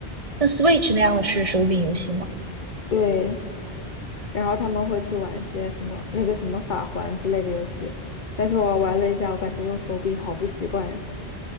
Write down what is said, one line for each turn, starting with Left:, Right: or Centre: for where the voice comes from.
Right: 像 Switch 那样的是手柄游戏吗？
Left: 对，然后他们会去玩一些什么那个什么法环之类的游戏，但是我玩了一下，我感觉用手柄好不习惯呀。